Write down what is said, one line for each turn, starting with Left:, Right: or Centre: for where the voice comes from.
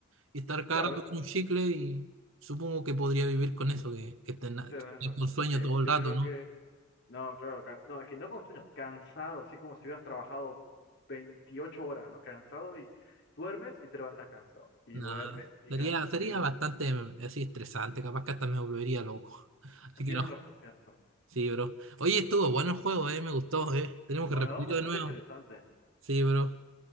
Right: y estar cada
Left: Claro,
Right: rato con un chicle y supongo que podría vivir con eso, que, que estar na-
Left: tenés
Right: que estar
Left: razón.
Right: con sueño
Left: Que
Right: todo el
Left: yo
Right: rato,
Left: creo
Right: ¿no?
Left: que... No, claro, can- no, es que no con sueño, cansado, así como si hubieras trabajado 28 horas, ¿no? Cansado y duermes y te levantas cansado. Y
Right: Nada.
Left: duermes y
Right: Sería,
Left: cansado.
Right: sería
Left: Así de...
Right: bastante mm, así estresante, capaz que hasta me volvería loco. <laughs> Así que
Left: Tienes
Right: no,
Left: razón, tienes razón.
Right: sí, bro. Oye, estuvo bueno el juego, eh, me gustó, eh. Tenemos que
Left: ¿O
Right: repetirlo
Left: no? Bastante
Right: de nuevo.
Left: interesante.
Right: Sí, bro.